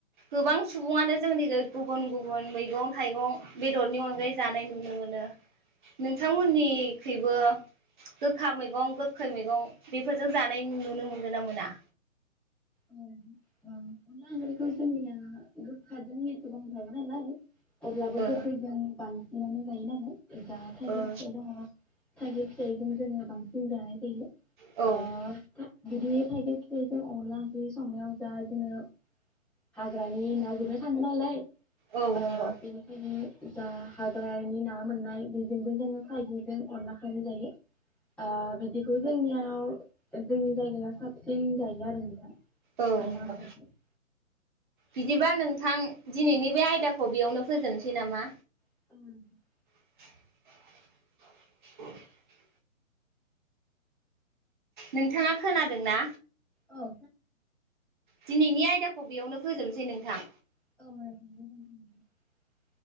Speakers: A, on the right; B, in the centre.
A: गोबां सुबुङानो जोंनि गुबुन गुबुन मैगं थाइगं बेदरनि अनगायै जानाय नुनो मोनो। नोंथांमोननिखैबो गोखा मैगं गोखै मैगं बेफोरजों जानाय नुनो मोनगोन ना मोना?
B: नंगौ ओं अनला ओंख्रिखौ जोंनिया गोखाजों एसेबां जाया नालाय। अब्लाबो
A: ओ
B: गोखैजों बां बिनावनो जायो नालाय। जा थाइगिर
A: ओ
B: फिथाइ दङ। थाइगिर फिथायजों जोङो बांसिन जानाय जायो।
A: औ
B: ओ बिदि थागिर फिथाइजों अनला ओंख्रि संनायाव जा जोङो हाग्रानि ना गुरनो थाङो नालाय।
A: औ
B: आ
A: नंगौ
B: बेनिखायनो जा हाजा ओ नि-ना मोननाय। बो जोङो थाइगिजों अनला खानाय जायो आ बेखौ जोंनियाव जोंनि जायगाया साबसिन जायो आरो नोंथां।
A: औ
B: अनला
A: नंगौ
B: ओंख्रिखौ
A: बिदिबा नोंथां दिनैनि बे आयदाखौ बेयावनो फोजोबनोसै नामा
B: <unintelligible>
A: <inaudible> <unintelligible> नोंथाङा खोनादोंना?
B: औ
A: दिनैनि आयदाखौ बेयावनो फोजोबनोसै नोंथां।
B: औ